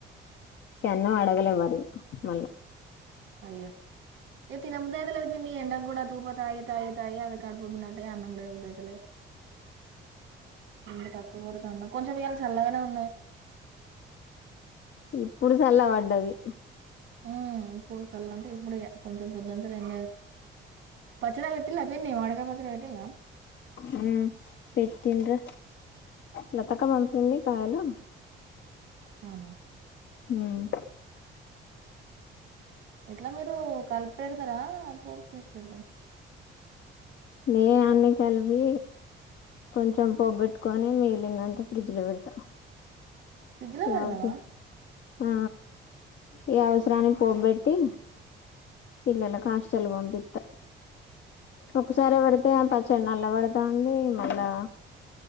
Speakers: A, on the left; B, on the right.
A: అన్న అడగల మరి మళ
B: అయ్యో ఏ తినబద్దతులేదు పిన్ని ఎండక కూడాడా తూప తాయి తాయి తాయి అద కా అడ పోన్నట్టే అన్నం కూడా ఉయతులేదు. ఇన్న తక్కువ కూడా తాన్ను కొంచెం ఇయ్యల చల్లగానే ఉన్నది
A: ఇప్పుడు చల్ల పడ్డది
B: ఉమ్ పడుసల్లంత ఇప్పుడగా కొంచెం పోద్ంతరం పచ్చడా కట్టిలా పిన్ని వడ వంకాయ పచ్చడి పెట్టిల్లా
A: ఉమ్ పెట్టిండ్రు లత అక్క పంపింది కాయలు
B: అవునా
A: ఉమ్
B: ఎట్లా మీరు కలిప పెడతారా పోప్కేసి పెడతారా
A: నే అన్ని కలిపి కొంచెం పొబ్బెట్టుకొని మిగిలిందంతా ఫ్రిడ్జ్ లో పెడతా
B: ఫ్రిడ్జ్ లో పెడతావా
A: ఎవదు ఆ ఈ అవసరానికి పోబెట్టి పిల్లుల హస్టల పోంపిత్త ఒకసారే పెడితే చెనెల్ల పడుతాంది మళ్ళా